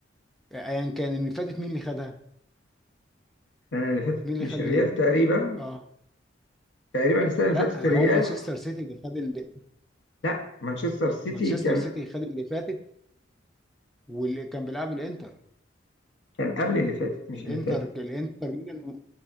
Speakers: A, in the centre; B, on the left (about 65°).
A: ايا كان اللي فاتت مين اللي خدها؟
B: السنه اللي فاتت
A: مين اللي
B: مش
A: خد
B: الريال
A: ال...
B: تقريبا
A: اه
B: تقريبا السنه اللي
A: لا
B: فاتت الريال
A: هو مانشستر سيتي اللي خد اللي...
B: لا مانشستر سيتي
A: مانشستر
B: كان
A: سيتي خد اللي فاتت واللي كان بيلعب الانتر
B: كان قبل اللي فاتت مش
A: الانتر
B: اللي فاتت
A: الانتر ميلان